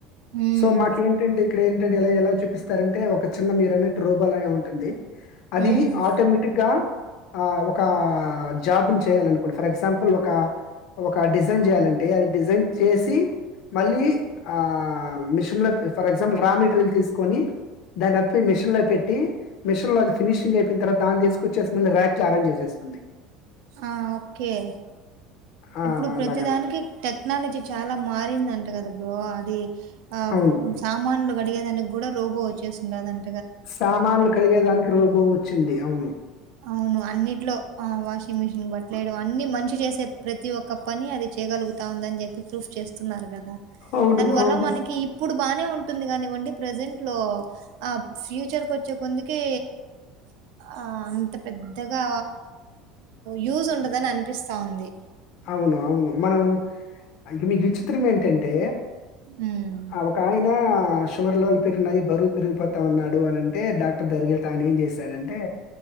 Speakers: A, on the right; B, on the left.
A: హ్మ్.
B: సో మాకేంటంటే ఇక్కడ ఏంటంటే ఇలా ఎలా చూపిస్తారంటే ఒక చిన్న మీరు అన్నట్టు రోబోలాగే ఉంటుంది అది
A: హ్మ్.
B: ఆటోమేటిక్ గా ఆ ఒక జాబ్ని చేయాలనుకోంటండి ఫర్ ఎగ్జాంపుల్ ఒక ఒక డిజైన్ చేయాలను అంటే డిజైన్ చేసి మళ్ళీ ఆ మిషన్ లో ఫర్ ఎగ్జాంపుల్ రా మెటీరియల్ తీసుకొని దాన్ని అట్లే మిషన్ లో పెట్టి మిషన్ లో అది ఫినిషింగ్ అయిపోయి తర్వాత దాన్ని తీస్కొచ్చేసి మల్లా ర్యాక్ లో అరేంజ్ చేసేస్తుంది
A: ఆ! ఓకే.
B: ఆ!
A: ఇప్పుడు ప్రతిదానికి
B: అలాగను.
A: టెక్నాలజీ చాలా మారి పోయిందంట కద బ్రో అది ఆ
B: అవును.
A: సామాన్లు కడిగేదానికి కూడా రోబో వచ్చేసి ఉండాదన్
B: సామాన్లు కడిగేదానికి రోబో వచ్చింది అవును
A: అవును అన్నింటిలో ఆ వాషింగ్ మిషిన్ బట్టలేయడం అన్ని మనిషి చేసే ప్రతి ఒక్క పని అది చేయగలుగుతాంది అని చెప్పి ప్రూఫ్ చేస్తున్నారు కదా
B: అవును.
A: దాని వల్ల
B: అవును.
A: మనకి ఇప్పుడు బానే నే ఉంటుంది కానివ్వండి ప్రజెంట్ లో ఆ ఫ్యూచర్కి వచ్చే కొంది కే ఆ అంత పెద్దగా యూజ్ ఉండదని అనిపిస్తా ఉంది
B: అవును అవును మనం ఇక నీకు విచిత్రం ఏంటంటే
A: హ్మ్.
B: అ ఒకాయన ఆ షుగర్ లెవెల్ పెరిగినయి బరువు పెరిగిపోతా ఉన్నాడు అని అంటే డాక్టర్ దగరిగ వెళ్తే ఆయన ఏం చేశారంటే